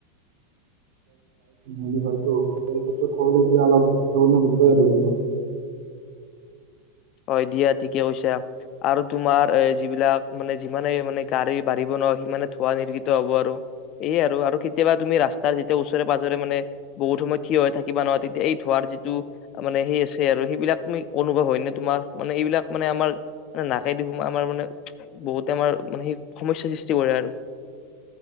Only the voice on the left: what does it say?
হয় দিয়াত ঠিকে কৈছা, আৰু তোমাৰ এ যিবিলাক মানে যিমানে মানে গাড়ী বাঢ়িব নহয় সিমানে ধোৱা নিৰগিত হ'ব আৰু, এইয়ে আৰু আৰু কেতিয়াবা তুমি ৰাস্তাৰ যেতিয়া ওচ ওচৰে পাজৰে মানে, বহুত সময় থিয় হৈ থাকিবা নহয় তেতিয়া এই ধোৱাৰ যিটো মানে সেই আছে আৰু সেইবিলাক তুমি অনুভৱ হয়নে? তোমাৰ মানে এইবিলাক মানে আমাৰ মানে, নাকেদি সোমাই আমাৰ মানে, উমচ বহুতে আমাৰ মানে সেই সমস্যা সৃষ্টি কৰে আৰু।